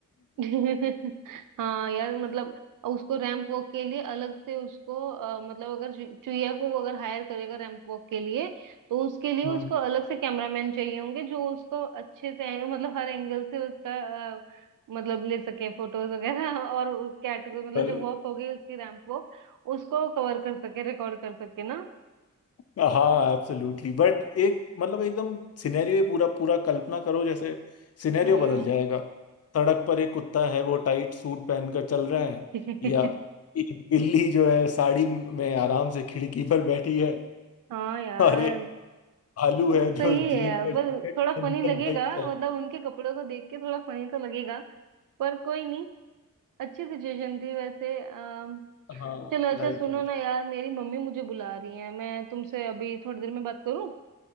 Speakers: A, on the right (about 80°); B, on the left (about 50°).
A: <laughs> हाँ यार मतलब उसको रैंप वॉक के लिए अलग से उसको अ, मतलब अगर चु- चुईया को वो अगर हायर करेगा रैंप वॉक के लिए तो उसके लिए
B: हम्म
A: उसको अलग से कैमरामैन चाहिए होंगे जो उसको अच्छे से मतलब हर एंगल से उसका अ, मतलब ले सके फोटोज वगैरह <laughs> और कैट को मतलब
B: पर-
A: जो वॉक हो गई उसकी रैंप वॉक उसको कवर कर सके रिकॉर्ड कर सके ना
B: हाँ एब्सोल्युटली बट एक मतलब एकदम सिनेरियो ही पूरा पूरा कल्पना करो जैसे सिनेरियो
A: हम्म
B: बदल जाएगा सड़क पर एक कुत्ता है वो टाइट सूट पहनकर चल रहा है
A: <laughs>
B: या एक बिल्ली जो है साड़ी में आराम से खिड़की पर बैठी है
A: हाँ यार
B: और एक भालू
A: वो
B: है
A: सही
B: जो जीन
A: है यार
B: पर
A: पर
B: जैकेट
A: थोड़ा
B: पहनकर
A: फनी लगेगा
B: बैठ चल
A: मतलब उनके कपड़ों को देख के थोड़ा फनी तो लगेगा पर कोई नहीं अच्छी सिचुएशन थी वैसे अम,
B: हाँ
A: चलो अच्छा
B: राइट
A: सुनो ना यार मेरी मम्मी मुझे बुला रही है मैं तुमसे अभी थोड़ी देर में बात करूं